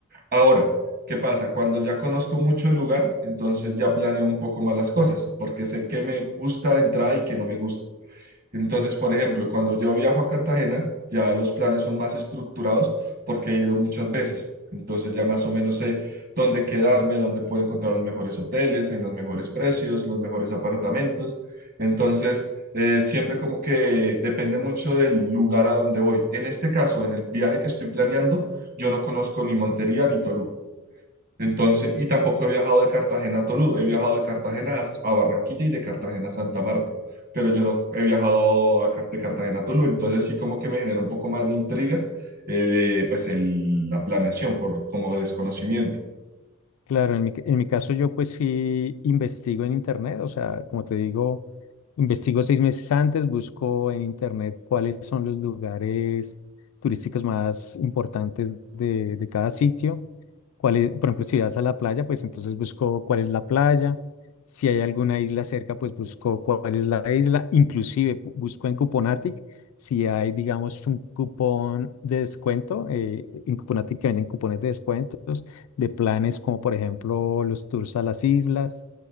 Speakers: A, on the right; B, on the left.
A: Ahora, ¿qué pasa? Cuando ya conozco mucho el lugar, entonces ya planeo un poco más las cosas, porque sé qué me gusta de entrada y qué no me gusta. Entonces, por ejemplo, cuando yo viajo a Cartagena, ya los planes son más estructurados porque he ido muchas veces. Entonces ya más o menos sé dónde quedarme, dónde puedo encontrar los mejores hoteles, en los mejores precios, los mejores apartamentos. Entonces, eh, siempre como que depende mucho del lugar a donde voy. En este caso, en el viaje que estoy planeando, yo no conozco ni Montería ni Toluca. Entonces, y tampoco he viajado de Cartagena a Tolú, he viajado de Cartagena a, a Barranquilla y de Cartagena a Santa Marta, pero yo no he viajado a, Car- de Cartagena a Tolú, entonces sí como que me genera un poco más de intriga eh, pues el- la planeación por como desconocimiento.
B: Claro, en mi, en mi caso yo pues sí investigo en internet, o sea, como te digo, investigo seis meses antes, busco en internet cuáles son los lugares turísticos más importantes de, de cada sitio, cuál es- por ejemplo, si vas a la playa, pues entonces busco cuál es la playa, si hay alguna isla cerca, pues busco cuál es la isla, inclusive pu- busco en Cuponatic, si hay, digamos, un cupón de descuento, eh, en Cuponatic que venden cupones de descuento de planes como por ejemplo los tours a las islas,